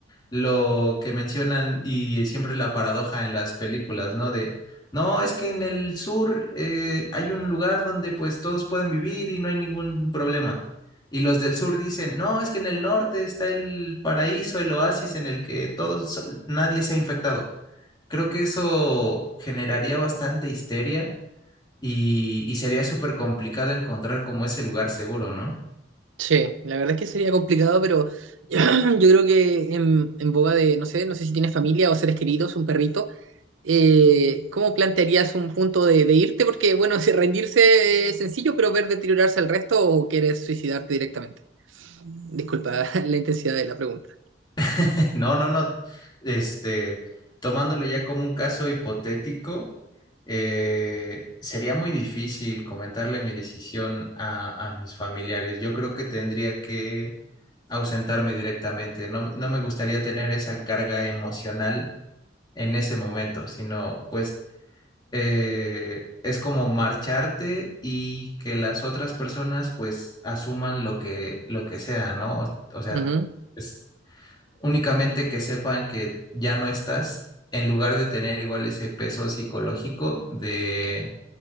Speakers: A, on the left; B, on the right.
A: lo que mencionan y siempre la paradoja en las películas, ¿no? De, no, es que en el sur eh, hay un lugar donde pues todos pueden vivir y no hay ningún problema. Y los del sur dicen, no, es que en el norte está el paraíso, el oasis en el que todos, nadie se ha infectado. Creo que eso generaría bastante histeria y, y sería súper complicado encontrar como ese lugar seguro, ¿no?
B: Sí, la verdad es que sería complicado, pero <clears throat> yo creo que en, en boga de, no sé, no sé si tienes familia o seres queridos, un perrito, eh, ¿cómo plantearías un punto de, de irte? Porque, bueno, <laughs> si rendirse es sencillo, pero ver deteriorarse al resto o quieres suicidarte directamente. Disculpa <laughs> la intensidad de la pregunta.
A: <laughs> No, no, no. Este, tomándolo ya como un caso hipotético, eh, sería muy difícil comentarle mi decisión a, a mis familiares. Yo creo que tendría que ausentarme directamente. No, no me gustaría tener esa carga emocional en ese momento, sino pues eh, es como marcharte y que las otras personas pues asuman lo que, lo que sea, ¿no? O sea,
B: Ujú,
A: es únicamente que sepan que ya no estás, en lugar de tener igual ese peso psicológico de,